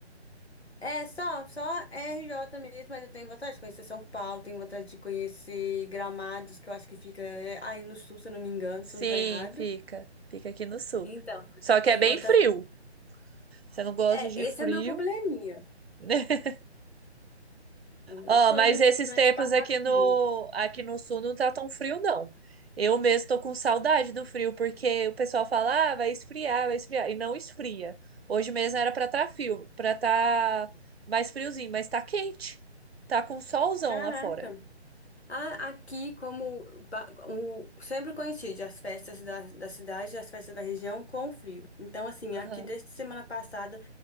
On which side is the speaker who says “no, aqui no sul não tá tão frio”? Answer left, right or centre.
Right